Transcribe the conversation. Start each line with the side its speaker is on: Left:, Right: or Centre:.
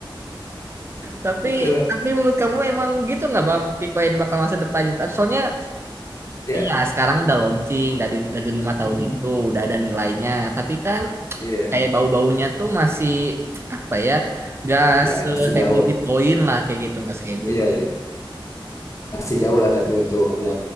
Right: Tapi
Left: gitu.
Right: tapi menurut kamu emang gitu nggak Bang Bitcoin bakal masa depannya? Soalnya
Left: Ya.
Right: ya sekarang udah launching dari dari lima tahun
Left: mm
Right: itu udah ada nilainya. Tapi kan
Left: Iya.
Right: kayak bau-baunya tuh masih apa ya? nggak
Left: Ya,
Right: seheboh
Left: masih jauh.
Right: Bitcoin lah kayak gitu nggak seheboh.
Left: Iya, iya. Masih jauh lah tapi untuk ya